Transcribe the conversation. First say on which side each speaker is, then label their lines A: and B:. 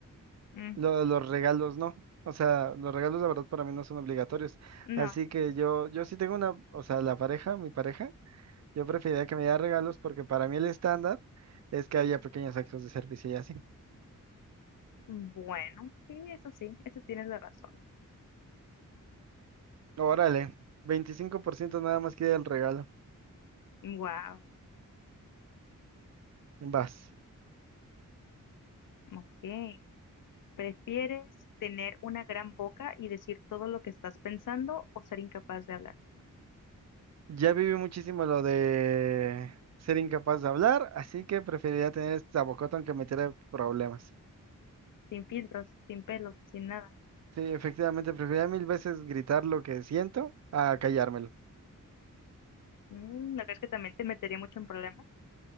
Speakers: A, on the left; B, on the right.
A: Mm,
B: Lo de los regalos no. O sea, los regalos la verdad para mí no son obligatorios.
A: no,
B: Así que yo, yo sí tengo una, o sea, la pareja, mi pareja, yo preferiría que me diera regalos porque para mí el estándar es que haya pequeños actos de servicio y así.
A: bueno, sí, eso sí, eso tienes la razón.
B: Órale, 25% nada más quiere el regalo.
A: Wow,
B: Vas.
A: ok. ¿Prefieres tener una gran boca y decir todo lo que estás pensando o ser incapaz de hablar?
B: Ya viví muchísimo lo de ser incapaz de hablar, así que preferiría tener esta bocota aunque me tire problemas.
A: Sin filtros, sin pelo, sin nada.
B: Sí, efectivamente, preferiría mil veces gritar lo que siento a callármelo.
A: Mm, ¿no crees que también te metería mucho en problemas?